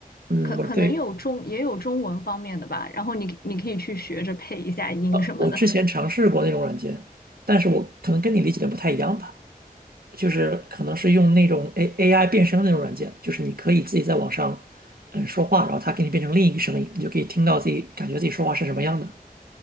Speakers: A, on the right; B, on the left.
A: 嗯，
B: 可可能有中也有中文方面的吧。
A: 我对，
B: 然后你你可以去学着配一下音什么的。
A: 呃，我之前尝试过那种软件，但是我可能跟你理解的不太一样吧。就是可能是用那种 A AI 变声的那种软件，就是你可以自己在网上嗯说话，然后它给你变成另一个声音，你就可以听到自己感觉自己说话是什么样的。